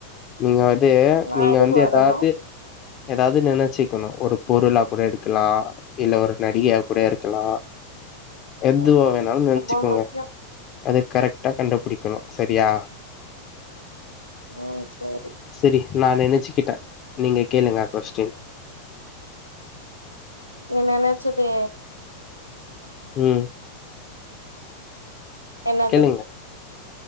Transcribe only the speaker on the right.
நா
எதுக்கு
வரணு
ம் ம்
ரொம்ப முக்கியோ
ம் சேரி
நீ நெனச்சது
என்னாது